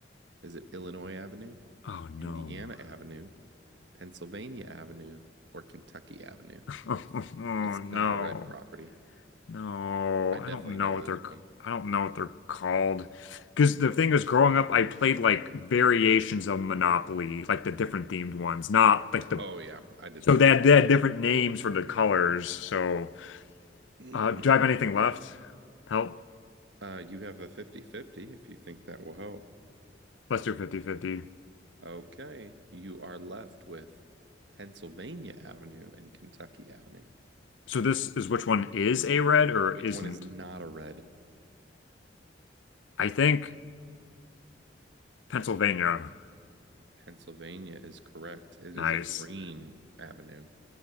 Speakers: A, on the right; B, on the left.
A: Is it Illinois Avenue,
B: oh no.
A: Indiana Avenue, Pennsylvania Avenue, or Kentucky Avenue?
B: <laughs> Oh
A: It's not
B: no.
A: a red property.
B: No,
A: I definitely
B: I don't
A: know
B: know what
A: this
B: they're
A: one.
B: I don't know what they're called. Because the thing is, growing up, I played like variations of Monopoly, like the different themed ones, not like the
A: Oh, yeah, I did
B: so
A: too.
B: they had, they had different names for the colors. So
A: <clears throat>
B: Uh, do I have anything left? Help.
A: uh, you have a fifty-fifty if you think that will help.
B: Let's do fifty-fifty.
A: Okay, you are left with Pennsylvania Avenue and Kentucky Avenue.
B: So this is which one is a red or
A: Which
B: isn't?
A: one is not a red?
B: I think Pennsylvania.
A: Pennsylvania is correct. It is
B: Nice.
A: a green avenue.